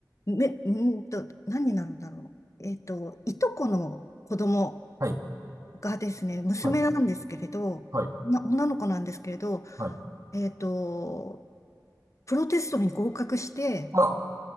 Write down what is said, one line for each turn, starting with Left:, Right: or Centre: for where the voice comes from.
Left: め、うーんと、何になるんだろう。えっと、いとこの子供
Right: はい、
Left: がですね、娘なんですけれど、
Right: はい、はい、
Left: な女の子なんですけれど、
Right: はい。
Left: えっと、プロテストに合格して、
Right: あら、